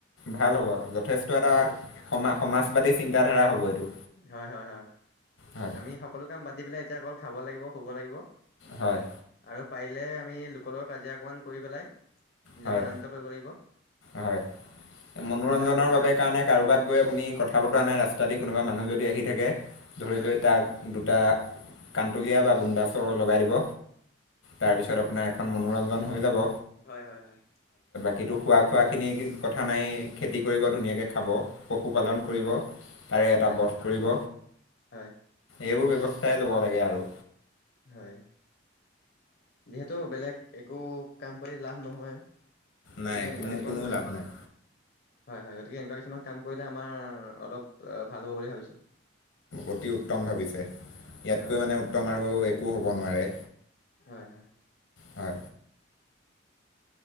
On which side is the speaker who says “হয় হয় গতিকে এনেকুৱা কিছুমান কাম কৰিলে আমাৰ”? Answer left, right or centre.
Left